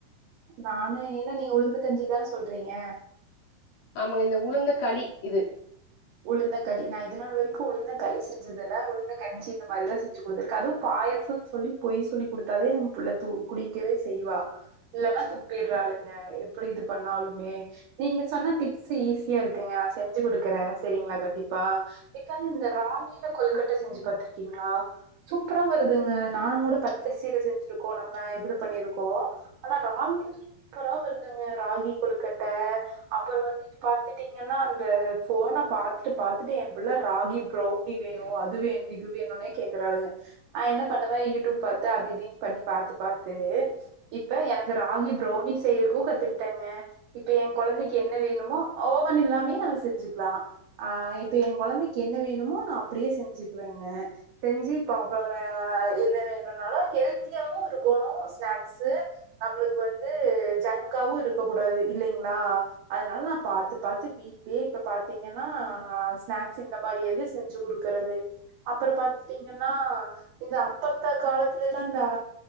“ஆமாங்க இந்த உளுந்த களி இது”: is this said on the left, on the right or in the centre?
Left